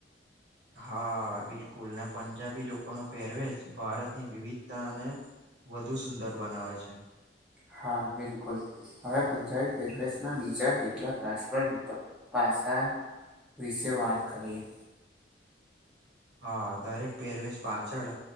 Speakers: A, on the right; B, in the centre.
A: હા બિલકુલ ને પંજાબી લોકોનુ પહેરવેશ ભારતની વિવિધતા અને વધુ સુંદર બનાવે છે.
B: હા બિલકુલ હવે પંજાબી પહેરવેશના બીજા કેટલાક રાષ્ટ્રપરદ પાસા વિશે વાત કરીએ.
A: હ દરેક પેરવેશ પાછળ